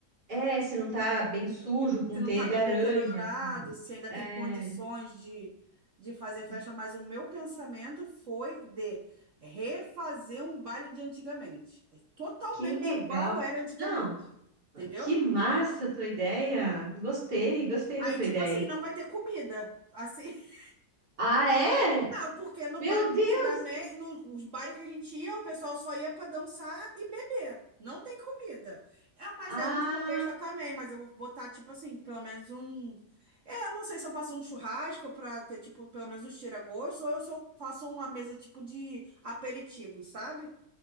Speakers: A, on the right (about 85°); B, on the right (about 50°).
A: É, se não tá bem sujo, com
B: se
A: teia
B: não está
A: de
B: bem
A: aranha.
B: deteriorado,
A: com-
B: se ainda
A: É,
B: tem condições de, de fazer festa,
A: de-
B: mas o meu pensamento foi de refazer um baile de antigamente. É Totalmente
A: que legal.
B: igual era antigamente.
A: Não.
B: Entendeu?
A: Que massa a tua ideia! Gostei, gostei
B: Aí,
A: da tua
B: tipo
A: ideia.
B: assim, não vai ter comida. Assim, <laughs>
A: Ah, é?
B: Ah, porque no
A: Meu
B: baile
A: Deus!
B: de antigamente, nos bares que a gente ia, o pessoal só ia pra dançar e beber. Não tem comida. Ah, mas
A: Ah,
B: aí eu não sou besta também, mas eu vou botar, tipo assim, pelo menos um. É, eu não sei se eu faço um churrasco pra ter, tipo, pelo menos um tira-gosto, ou eu só faço uma mesa, tipo, de aperitivos, sabe?